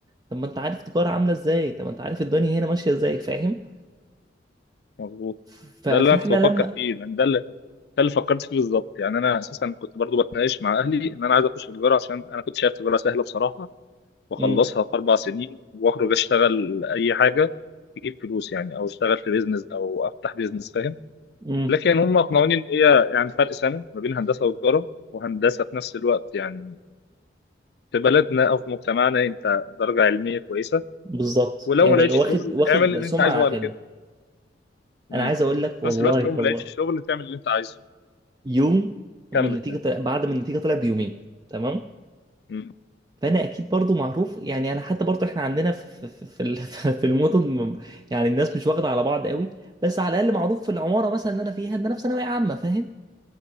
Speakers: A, on the right; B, on the left.
A: طب ما انت عارف تجاره عامله ازاي طب ما انت عارف الدنيا هنا ماشيه ازاي فاهم
B: مظبوط
A: ف-
B: ده اللي
A: فاحنا
B: أنا كنت بفكر
A: لما
B: فيه يعني ده اللي ده اللي فكرت فيه بالظبط يعني انا اساسا كنت برضو بتناقش مع اهلي ان انا عايز اخش تجاره عشان انا كنت شايف تجاره سهله بصراحه واخلصها
A: امم
B: في اربع سنين واخرج اشتغل اي حاجه تجيب فلوس يعني او اشتغل في بيزنس او افتح بيزنس فاهم
A: امم
B: لكن هم اقنعوني ان هي يعني فرق سنه ما بين هندسه وتجاره وهندسه في نفس الوقت يعني في بلدنا او في مجتمعنا انت درجه علميه كويسه
A: بالظبط
B: ولو
A: يعني
B: ما لقيتش
A: واخد
B: شغل
A: واخد
B: اعمل اللي
A: سمعه
B: انت عايزه بعد
A: حلوه
B: كده امم
A: انا عايز اقول لك
B: في
A: والله
B: نفس الوقت لو ما
A: والله
B: لقيتش شغل تعمل اللي انت عايزه
A: يوم اما
B: كمل
A: النتيجه
B: كمل
A: طلع بعد ما النتيجه طلعت بيومين تمام
B: امم
A: فانا اكيد برضو معروف يعني انا حتى برضو احنا عندنا في في في ال- <laughs> في المدن يعني الناس مش واخده على بعض قوي بس على الاقل معروف في العماره مثلا اللي انا فيها ان انا في ثانويه عامه فاهم